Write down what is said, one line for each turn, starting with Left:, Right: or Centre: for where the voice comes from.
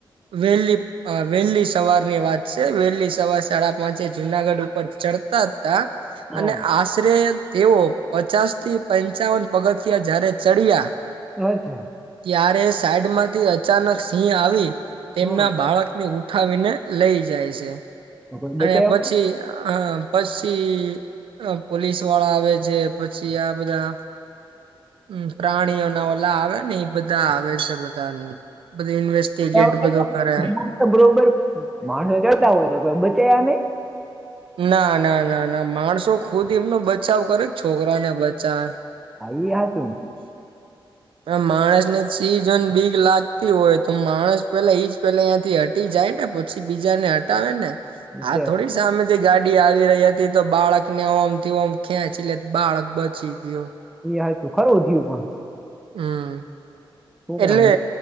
Right: વેલી અ વેલ્લી સવારની વાત છે વેલ્લી સવાર સાડા પાંચે જુનાગઢ પર ચડતા જ તા
Centre: હં
Right: અને આશરે તેઓ પચાસ થી પંચાવન પગથિયા જારે ચડ્યા
Centre: અચ્છા
Right: ત્યારે સાઈડમાંથી અચાનક સિંહ આવી તેમના
Centre: હં
Right: બાળક ને ઉઠાવીને લઈ જાય છે
Centre: તો કોઈ બચાવ્યા
Right: અને પછી હં પસી અ પોલીસવાળા આવે છે પછી આ બધા અં પ્રાણીઓના ઓલા આવે ને ઈ બધા આવે છે બધા ની બધે ઇન્વેસ્ટ <unintelligible>
Centre: બચાવ્યા
Right: બધો કરે
Centre: નહીં? જીવન બરોબર માણહ જાતા હોય તો કોઈ બચાયા નઈ
Right: ના ના ના ના માણસો ખુદ એમનો બચાવ કરે ક છોકરાને બચાવે
Centre: હા ઈ હાચુ
Right: આ માણસને જ સિંહ જોઈને બીક લાગતી હોય તો માણસ પેલા ઈજ પેલા આંઈથી હ ટી જાય ને પછી બીજા ને હટાવે ને આ
Centre: છે
Right: થોડી સામે થી ગાડી આવી રહી હતી તો બાળકને ઓમ થી ઓમ ખેંચી લેત બાળક બચી ગ્યો
Centre: ઈ હાચુ ખરું થયું પણ
Right: હં
Centre: છોકરાને
Right: એટલે